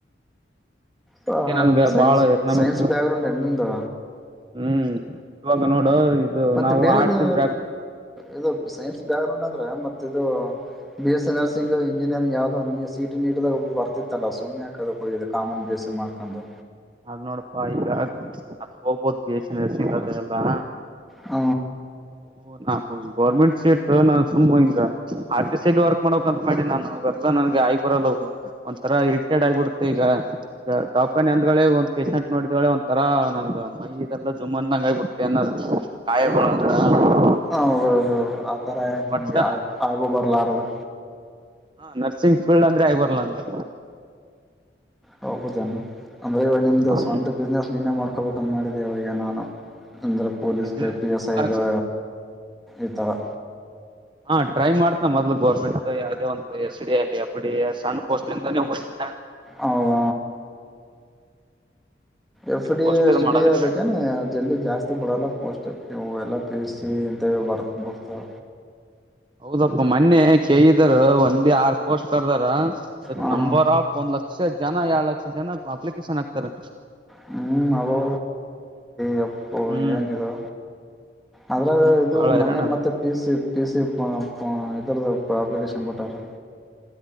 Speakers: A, on the right; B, in the centre.
A: ಅದಕ್ಕೆ
B: ಹ ಹಾ
A: ನನ್ಗೆ
B: science
A: ಬಾಳ economics
B: science back ground ಏನು ನಿಂದು
A: ಹ್ಮ್ ಇವಾಗ ನೋಡು ಇದು
B: ಮತ್ತೆ
A: ನಾವು
B: ಬೇರೆದು
A: ಆರ್ಟ್ಸ್ ಬ್ಯಾಕ್
B: ಎಲ್ಲಾ ಸೈನ್ಸ್ ಬ್ಯಾಕ್ ಗ್ರೌಂಡ್ ಅಂದ್ರೆ ಮತ್ತ ಇದು B S A nursing engineering ಯಾವ್ದೋ ಸೀಟ್ ಸಿಇತಿ ನೀಟ್ ಆದಾಗ ಬರ್ತಿತ್ತಲ್ಲ ಸುಮ್ಮನೆ ಯಾಕೆ ಅದುಕ್ಕೆ ಹೋಗಿದೀಯ ಕಾಮನ್ ಬಿ ಎಸ್ ಸಿ ಮಾಡ್ಕೊಂಡು
A: ಅದ್ ನೋಡಪ್ಪಾ ಈಗ ಅದು ಹೋಗ್ಬೋದ್ ಬಿ ಎಸ್ ಸಿ ನರ್ಸಿಂಗ್ ಅಲ್ಲಿ ಎಲ್ಲಾ
B: ಹ
A: ಓ ನಾವು ಗೌರ್ಮೆಂಟ್ ಸೀಟ್ ನಾನು ಸುಮ್ಮ್ ಹಿಂಗ ಆರ್ಟಿ ಸೈಡ್ ವರ್ಕ್ ಮಾಡಕಂತ ಮಾಡಿ ನಾನು ಹೋಗ ನನ್ಗೆ ಆಗಿ ಬರಲ್ಲ ಒಂಥರ ಇರಿಟೇಡ್ ಆಗಿಬಿಡುತ್ತೆ ಈಗ ಟಾಪ್ ಫೈನಾನ್ಸ್ ಒಂದ್ ಪೇಶೆಂಟ್ ನೋಡಿದಳೆ ಒಂದ ತರಾ ನನ್ ಮೈದೆಲ್ಲ ಜುಮ್ ಅ ಹಂಗಾಗಿ ಬಿಡ್ತತೆ ಅನ್ನೋ ಗಾಯಗಳು ಹೌ ಹ
B: ಹೌದೌದೌದು ಆತರ ನಿಮ್ಗೆ
A: ಒಟ್ಟ
B: ಆಗು ಬರ್ಲಾರದು
A: ಹಾ ನರ್ಸಿಂಗ್ ಫೀಲ್ಡ್ ಅಂದ್ರೆ ಆಗ್ ಬರಲ್ಲ ನನ್ಗೆ
B: ಹೌದೇನು ಅಂದ್ರೆ ಇವ ನಿಮ್ದು
A: ಹ್ಮ್
B: ಸ್ವಂತ ಬಿಸ್ನೆಸ್ ನೀನ್ನೇ ಮಾಡ್ಕೋಬೇಕಂತ ಮಾಡಿದೆ ಇವಾಗ ನಾನು ಅಂದ್ರೆ ಪೊಲೀಸ್
A: ಬಿಸ್ನೆಸ್
B: ಪಿ
A: ಮೊದಲ
B: ಎಸ್ ಅದು ಈತಾರಾ
A: ಹಾ ಟ್ರೈ ಮಾಡ್ತನ ಮೊದ್ಲು ಗೋರ್ಮೆಂಟ್ ಯಾವ್ದೇ ಒಂತ ಎಸ್ ಡಿ ಆಗ್ಲಿ ಎಫ್ ಡಿ ಎ ಆಗ್ಲಿ ಸಣ್ಣ ಪೋಸ್ಟ್ ಯಿಂದಾನೆ ಹೋಗ್ತನ
B: ಹೌದ ಎಫ್ ಡಿ
A: ಪೋಸ್ಟ್
B: ಎ
A: ಇದ್
B: ಸ್ಟಡಿ
A: ಮಾಡದ ಈ
B: ಅದಕ್ಕಾನ
A: ಕಡೆ
B: ಎಲ್ಲು ಜಾಸ್ತಿ ಇ ಬಿಡಲ್ಲ ಪೋಸ್ಟ್ ನೀವು ಎಲ್ಲ ಪಿ ಎಸ್ ಸಿ ಇ ಬರ್ ಬಿಡ್ತಾವ
A: ಹೌದಪ್ಪ ಮೊನ್ನೆ ಕೇಿದಾರ ಒಂದಲಿ ಆರ್ ಪೋಸ್ಟ್ ಕರ್ದಾರ ಅದಕ್
B: ಹಾ
A: ನಂಬರ್
B: ಹಾ
A: ಆಫ್ ಒಂದ್ ಲಕ್ಷ ಜನ ಎರಡು ಲಕ್ಷ ಜನ ಅಪ್ಲಿಕೇಶನ್ ಆಕ್ತಾರೆ
B: ಹ್ಮ್ ಅವೋ ಯಪ್ಪಾ
A: ಹ್ಮ್
B: ಏನಿದು ಅದ್ರಾಗ
A: ಹ್ಮ್
B: ಇದು
A: ಬಾಳ ಹೈರಾಣ
B: ಮನ ಮತ್ತೆ ಪಿ ಸಿ ಪಿ ಸಿ ಪಾ ಪಾ ಇದರದ ಅಪ್ಲಿಕೇಶನ್ ಬಿಟ್ಟರ